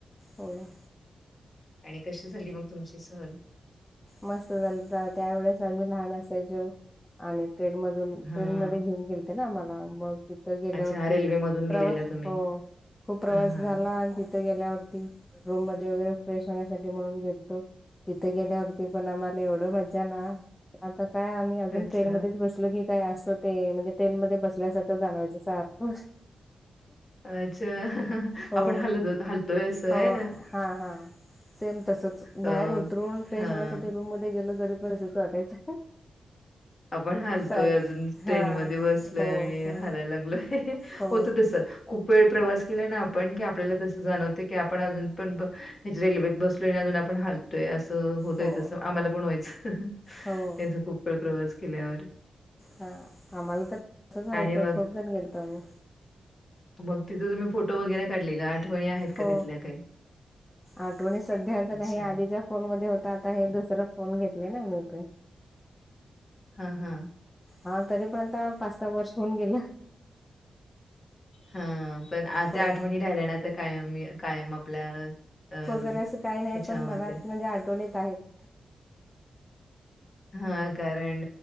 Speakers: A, on the left; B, on the left.
A: हो.
B: आणि कशी झाली मंग तुमची सहल?
A: मस्त झालं <unintelligible> त्यावेेळेस आम्ही लहान असायचो, आणि ट्रेन मधून
B: हां.
A: ट्रेन मध्ये घेऊन गेलते ना आम्हाला मग तिथं गेल्यावरती
B: अच्छा रेल्वेमधून
A: प्रवास
B: गेलेला तुम्ही.
A: हो खूप प्रवास
B: हां, हां.
A: झाला आण ही तिथ गेल्यावरती रूम मध्ये वगैरे फ्रेश होण्यासाठी म्हणून गेलतो तिथ गेल्यावरती पण आम्हाला एवढं मज्जा ना आता काय आम्ही अजून
B: अच्छा,
A: ट्रेन मध्येच बसलो की काय आस ते म्हणजे ट्रेन मध्ये बसल्यासारखं जाणवायचं सारखं.
B: अच्छा.
A: हो
B: आपण हलत होत हलतोय असं
A: हो
B: आहे ना?
A: हा हा, सेम तसच
B: अ,
A: बाहेर उतरून फ्रेश
B: हां.
A: होण्यासाठी रूम मध्ये गेलो तरीपण तसचं वाटायचं.
B: आपण हालतोय
A: सारख
B: आजून
A: हा
B: ट्रेनमध्ये बसलय
A: हो
B: आणि
A: हो
B: हालाय लागलोय,
A: हो
B: होत तस खूप वेळ प्रवास केला ना आपण की आपल्याला तसं जाणवत की आपण अजून पण हे रेल्वेत बसलो <unintelligible> आपण हालतोय असं होतय
A: हो
B: तस आम्हाला पण व्हायचं
A: हो
B: वायच खूप प्र-प्रवास केल्यावर.
A: हा आम्हाला तर तसचं व्हायचं,
B: आणि मग
A: खूप जण गेलतो आम्ही.
B: मग तिथ तुम्ही फोटो वगैरे काढले का? आठवणी आहेत का
A: हो
B: तिथल्या काही?
A: आठवणी सध्या तर
B: अच्छा
A: नाही आधीच्या फोन मध्ये होता आता हे दुसर फोन घेतले ना मी पण.
B: हा हा
A: हा तरीपर्यंत पाच सहा वर्ष होऊन गेलं.
B: हा पण आ
A: हो
B: त्या आठवणी राहिल्या ना त कायम मी कायम आपल्या अ
A: जरासं काही नाही
B: ह्याच्यामध्ये
A: पण मनात म्हणजे आठवणीत आहेत.
B: हा कारण